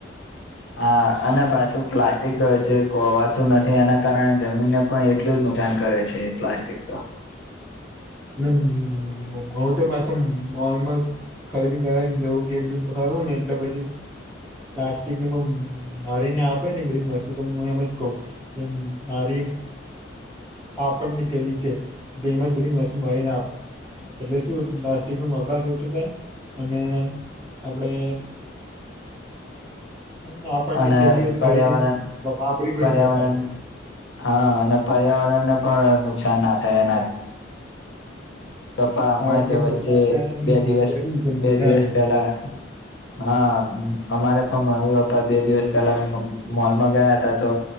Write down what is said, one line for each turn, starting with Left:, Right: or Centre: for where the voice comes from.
Left: હા અને પાછું પ્લાસ્ટિક જે કોવાતું નથી એના કારણે જમીનને પણ એટલું જ નુકસાન કરે છે પ્લાસ્ટિક તો
Centre: અને હઉ તો પાછો મોલને ખરીદીને ઘરે જવું કે બધું કરવું ને એટલે પછી પ્લાસ્ટિક ને બધું લાવી ને આપે ને બધી વસ્તુ તો હું એમ જ કહ એમ હારી કાપડ ની થેલી છે જેમ જ બધી ભરી ને આપ એટલે શું પ્લાસ્ટિક નો વપરાશ ઓછો થાય અને અપ એટલે કાપડ
Left: અને
Centre: ની થેલીઓ જ
Left: પર્યાવરણ
Centre: ફરીથી વાપરી પણ
Left: પર્યાવરણ
Centre: શકાય
Left: હા અને પર્યાવરણ ને પણ નુકસાન ના થાય આના પપ્પા હમણાં
Centre: હા એટલે
Left: જ
Centre: એમ
Left: વચ્ચે
Centre: બધું વિચારવાની
Left: બે દિવસ
Centre: જરૂર છે બધાને
Left: બે દિવસ પહેલા હા અમારે પણ મમ્મી, પપ્પા બે દિવસ પેલા મોલમાં ગયા હતા તો